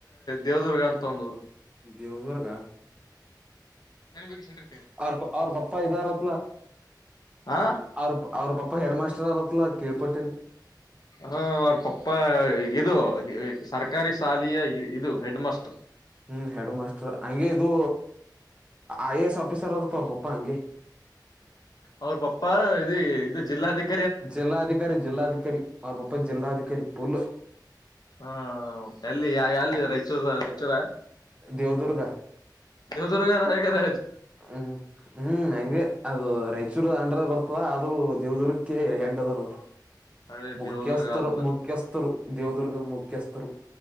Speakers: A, on the left; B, on the right.
A: ದೇವ್ದುರ್ಗ ಅಂತ ಆವಂದ್ ಊರು
B: ದೇವ್ದುರ್ಗ
A: ನನ್ ಬುಗ್ ಸಕ್ರೆ
B: ಅವ್ರ್ ಅವ್ರ್ ಪಪ್ಪ ಇದಾರತ್ಲ
A: ಹ
B: ಅವ್ರ್ ಅವ್ರ್ ಪಪ ಹೆಡ್ ಮಾಸ್ರ್ ಅಕ್ಷರಾರಥನ ಕೇಳಳ್ಪಟ್ಟಿನಿ
A: ಹಾ ಅವ್ರ್ ಪ ಇದು ಸರ್ಕಾರಿ ಶಾಲೆಯ ಇದು ಹೆಡ್ ಮಾಸ್ಟ್
B: ಹ್ಮ್ ಹೆಡ್ ಮಾಸ್ಟರ್ ಹಂಗೆ ಇದು ಐ ಎ ಎಸ್ ಆಫೀಸರ್ ಅರ್ತವ್ರ ಪಪ್ಪ ಹಂಗೆ
A: ಅವ್ರ ಪಪ್ಪ ಇ ಇದು ಜಿಲ್ಲಾಧಿಕ
B: ಜಿಲ್ಲಾಧಿಕಾರಿ ಜಿಲ್ಲಾಧಿಕಾರಿ ಅವ್ರ್ ಪ ಉಪ್ ಜಿಲ್ಲಾಧಿಕಾರಿ ಪುಲ್
A: ಹಾ ಎಲ್ಲಿ ಯಾ ಯಲ್ಲಿದ ಚಿದ ಎಚ್ಚರ
B: ದೇವದುರ್ಗ
A: ದೇವ್ರ್ಗಾರಗರ
B: ಹ್ಮ್ ಹ್ಮ್ ಹೆಂಗೆ ಅದು ರಾಯಚೂರು ಅಂಡ್ರದ ಬರ್ತದ ಅ ರು ದೇವದುೂಗರ್ಕ್ಕೆ ಹೆಡ್ದರು
A: ಹಳೆ
B: ಮುಖ್ಯಸ್ಥರು
A: ದೇವದುರ್ಗ ಅಂದ್ರ
B: ಮುಖ್ಯಸ್ಥರು ದೇವದುರ್ಗದ ಮುಖ್ಯಸ್ಥರು